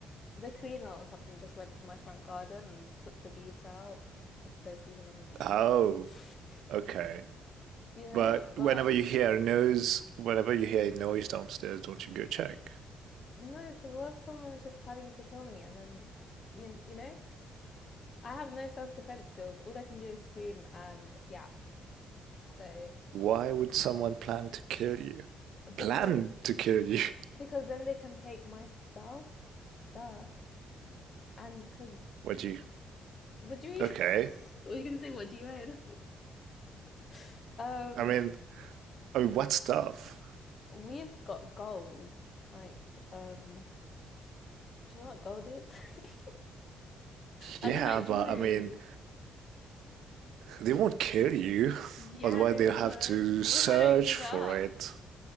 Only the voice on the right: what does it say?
Oh,
okay.
But
whenever you hear a noise, whenever you hear a noise downstairs, don't you go check?
Why would someone plan to kill you?
Plan to kill you? <laughs>
What you?
Okay.
I mean, I mean, what stuff?
Yeah,
but I mean, they won't kill you.
<laughs> Otherwise,
they'll
have to
search
for
it.